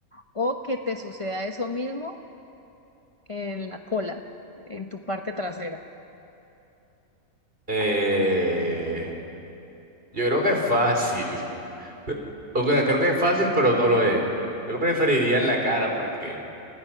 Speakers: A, on the left; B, on the right.
A: o que te suceda eso mismo en la cola, en tu parte trasera.
B: Eh, yo creo que es fácil. <laughs> O sea, creo que es fácil, pero no lo es. Yo preferiría en la cara porque,